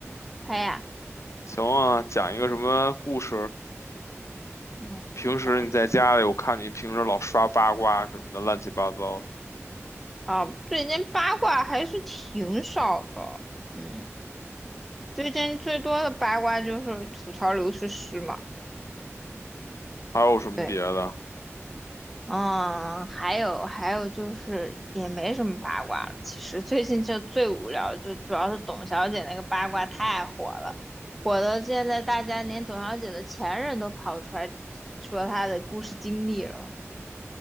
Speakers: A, in the centre; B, on the left.
A: 开呀，
B: 行啊，讲一个什么故事？
A: 嗯，
B: 平时你在家里，
A: 加油
B: 我看你平时老刷八卦什么的，乱七八糟的，
A: 啊，最近八卦还是挺少的，嗯。最近最多的八卦就是吐槽刘诗诗嘛，
B: 还有什么别的？
A: 对，嗯，还有还有就是也没什么八卦了，其实最近就最无聊，就主要是董小姐那个八卦太火了，火到现在大家连董小姐的前任都跑出来说她的故事经历了，